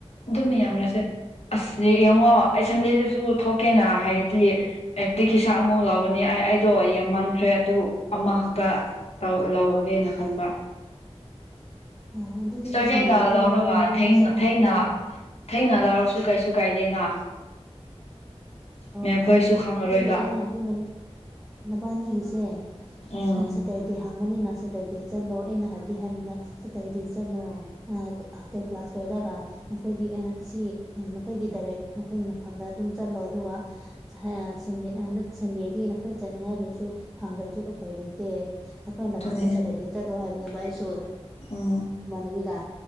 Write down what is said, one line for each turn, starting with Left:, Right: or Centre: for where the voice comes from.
Left: ꯑꯗꯨꯝ ꯌꯦꯡꯉꯥꯁꯦ ꯑꯁ ꯌꯦꯡꯉꯣ ꯑꯩ ꯁꯟꯗꯦꯗꯁꯨ ꯊꯣꯛꯀꯦꯅ ꯍꯥꯏꯔ ꯍꯥꯏꯗꯤ ꯑꯦꯄ꯭ꯂꯤꯀꯦꯁꯥ ꯑꯃꯨꯛ ꯂꯧꯒꯅꯤ ꯑꯩ ꯑꯩꯗꯣ ꯌꯥꯝꯃꯟꯈ꯭ꯔꯦ ꯑꯗꯨ ꯑꯃꯈꯛꯇ ꯂꯧꯒꯅꯤꯅ ꯈꯟꯕ
Centre: ꯑ ꯑꯗꯨꯗꯤ
Left: ꯁꯇꯔꯗꯦꯗ
Centre: ꯁꯟꯗꯦꯗꯤ
Left: ꯂꯧꯔꯒ
Centre: ꯅꯉꯣꯟ ꯅꯕꯥꯟꯅꯤꯁꯨ
Left: ꯊꯦꯡꯅ
Centre: ꯍꯪꯉꯣ
Left: ꯊꯦꯡꯅ ꯊꯦꯡꯅ ꯂꯥꯎꯔꯁꯨ ꯀꯩꯁꯨ ꯀꯥꯏꯗꯦꯅ
Centre: ꯍꯣꯏ
Left: ꯃꯦꯝꯈꯣꯏꯁꯨ
Centre: ꯍꯣꯏ
Left: ꯈꯪꯉꯔꯣꯏꯕ
Centre: ꯑꯗꯨꯒꯤ ꯑꯩꯅ ꯍꯥꯏꯕꯗꯤ ꯅꯪ ꯅꯕꯥꯅꯤꯒꯤꯁꯦ
Left: ꯎꯝ
Centre: ꯑꯅꯥꯁꯛ ꯇꯔꯗꯦ ꯍꯥꯡꯕꯅꯤꯅ ꯁꯇꯔꯗꯦ ꯆꯠꯂꯣ ꯑꯩꯅ ꯍꯥꯏꯕꯗꯤ ꯍꯥꯏꯕꯅ ꯁꯇꯔꯗꯦ ꯆꯠꯂꯣ ꯑꯥ ꯑꯞꯇꯔ ꯀ꯭ꯂꯥꯁ ꯇꯣꯏꯔꯒ ꯅꯈꯣꯏꯗꯤ ꯑꯥ ꯑꯁꯤ ꯎꯡ ꯅꯈꯣꯏꯒꯤ ꯗꯥꯏꯔꯦꯛ ꯅꯈꯣꯏꯒꯤ ꯃꯐꯝꯗ ꯑꯗꯨꯝ ꯆꯠꯂꯣ ꯑꯗꯨꯒ ꯁꯌꯥ ꯁꯟꯗꯦ ꯑ ꯅꯠ ꯁꯟꯗꯦꯗꯤ ꯅꯈꯣꯏ ꯆꯠꯅꯤꯡꯉꯥꯏꯔꯁꯨ ꯍꯪꯗ꯭ꯔꯥ ꯁꯨ ꯎꯄꯥꯏ ꯂꯩꯇꯦ ꯅꯈꯣꯏꯅ ꯅꯪ
Left: ꯑꯗꯨꯅꯦ
Centre: <inaudible> ꯅꯤꯡꯉꯗ ꯁꯦꯇꯔꯗꯦ ꯆꯠꯂꯣ ꯍꯥꯏꯕꯅꯦꯕ ꯑꯩꯁꯨ
Left: ꯎꯝ
Centre: ꯏꯃꯥꯟꯅꯕꯤꯗ